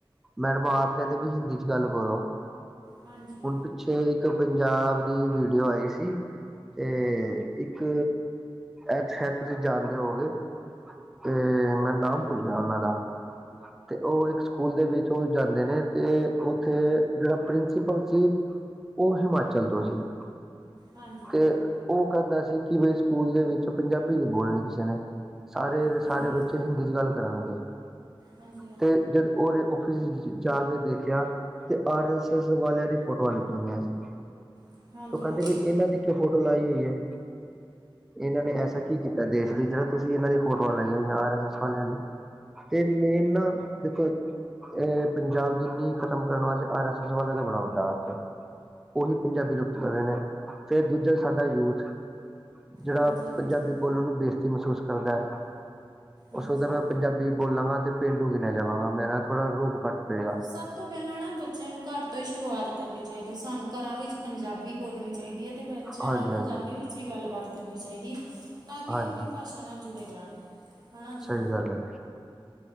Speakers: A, in the centre; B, on the right (about 50°).
A: ਮੈਡਮਾ ਆਪ ਕੈਂਦੀਆ ਬਈ ਹਿੰਦੀ ਚ ਗਾੱਲ ਕਰੋ।
B: ਹਾਂਜੀ
A: ਹੁਨ ਪਿੱਛੇ ਇੱਕ ਪੰਜਾਬ ਦੀ ਵੀਡੀਓ ਆਈ ਸੀ ਤੇ ਇੱਕ ਏਥ ਹੈਥ ਤੂਸੀ ਜਾਨਦੇ ਹੋਓਗੇ। ਤੇ ਮੈਂ ਨਾਮ ਭੁੱਲ ਗੇਆ ਓਨਾਂ ਦਾ ਤੇ ਓ ਇੱਕ ਸੂਕੂਲ ਦੇ ਵਿੱਚ ਓ ਜਾਂਦੇ ਨੇ ਤੇ ਓ ਉਥੇ ਜੇੜਾ ਪ੍ਰਿੰਸੀਪਲ ਸੀ ਓ ਹਿਮਾਚਲ ਤੋਂ ਸੀ।
B: ਹਾਂਜੀ
A: ਤੇ ਓ ਕੈਂਦਾ ਸੀ ਕਿ ਬਈ ਸੂਕੂਲ ਦੇ ਵਿੱਚ ਪੰਜਾਬੀ ਨੀ ਬੋਲਨੀ ਕਿਸੀ ਨੇ। ਸਾਰੇ,
B: ਹਾਂਜੀ
A: ਸਾਰੇ ਬੱਚੇ ਹਿੰਦੀ ਚ ਗਾੱਲ ਕਰਨਗੇ।
B: ਹਾਂਜੀ ਹਾਂਜੀ
A: ਤੇ ਜਦ ਓਦੇ ਔਫਿਸ ਇਚ ਜਾ ਕੇ ਦੇਖੇਆ। ਤੇ ਆਰ-ਐਸ-ਐਸ ਵਾਲੇਆਂ ਦੀ ਫੋਟੋਆਂ ਲੱਗੀਆ ਹੋਈਆਂ ਸੀ।
B: ਹਾਂਜੀ
A: ਓ ਕੈਂਦੇ
B: ਹਾਂਜੀ
A: ਬਈ ਏਨਾਂ ਦੀ ਕਿਂਉ ਫੋਟੋ ਲਾਈ ਹੋਈ ਐ? ਏਨਾਂ ਨੇ ਐਸਾ ਕੀ ਕੀਤੈ ਦੇਸ਼ ਵਿੱਚ ਤੁਸੀਂ ਏਨਾਂ ਦੀ ਫੋਟੋਆਂ ਲਾਈਆਂ ਹੋਈਆਂ ਆਰ-ਐਸ-ਐਸ ਵਾਲੇਆਂ ਦੀ, ਤੇ ਮੇਨ ਨਾ ਦੇਖੋ ਏਹ ਪੰਜਾਬ ਦੀ ਨੀਂਹ ਖਤਮ ਕਰਨ ਵਾਸਤੇ ਆਰ-ਐਸ-ਐਸ ਵਾਲੇਆਂ ਦਾ ਬੜਾ ਵੱਡਾ ਹੱਥ ਐ। ਓਹੀ ਪੰਜਾਬੀ ਲੁਪਤ ਕਰ ਰੇ ਨੇ, ਫੇਰ ਦੂੱਜਾ ਸਾਡਾ ਯੂਥ ਜੇੜਾ
B: ਹਾਂਜੀ ਹਾਂਜੀ
A: ਪੰਜਾਬੀ ਬੋਲਨ ਨੂੰ ਬੇਸਤੀ ਮੈਹਸੂਸ ਕਰਦੈ।
B: ਹਾਂਜੀ
A: ਓ ਸੋਚਦੈ ਮੈਂ ਪੰਜਾਬੀ ਬੋਲਾਂਗਾ ਤੇ ਪੇਂਡੂ ਗਿਨੇਆ ਜਾਵਾਂਗਾ, ਮੇਰਾ ਥੋੜਾ ਰੋਬ ਘਾੱਟ ਪਏਗਾ।
B: ਸਬ ਤੋਂ ਪੈਹਲਾਂ ਨਾ ਬੱਚੇਆਂ ਨੂੰ ਘਾਰ ਤੋਂ ਈ ਸ਼ੁਰੂਆਤ ਕਰਨੀ ਚਾਈਦੀ, ਸਾਨੂੰ ਘਰਾਂ ਵਿੱਚ ਪੰਜਾਬੀ ਬੋਲਣੀ ਚਾਈਦੀ ਐ। ਤੇ ਬੱਚੇਆਂ
A: ਹਾਂਜੀ
B: ਨਾਲ
A: ਹਾਂਜੀ
B: ਪੰਜਾਬੀ ਵਿੱਚ ਈ ਗਾੱਲਬਾਤ ਕਰਨੀ ਚਾਈਦੀ। ਤਾਂ ਕਿ
A: ਹਾਂਜੀ
B: ਓ ਅਪਣੀ ਭਾਸ਼ਾ ਨਾਲ ਜੁੜੇ ਰੈਣ, ਹੈਣਾ ਜੀ।
A: ਸਹੀ ਗੱਲ ਐ।